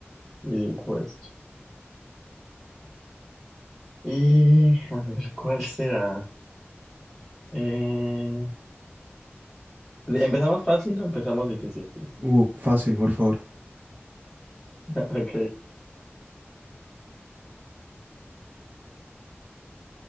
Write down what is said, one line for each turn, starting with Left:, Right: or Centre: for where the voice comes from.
Centre: y dibujo esto. Y a ver, ¿cuál será? Eh, ¿empezamos fácil o empezamos difícil? <laughs>
Right: Uh, fácil, por favor.
Centre: Ok,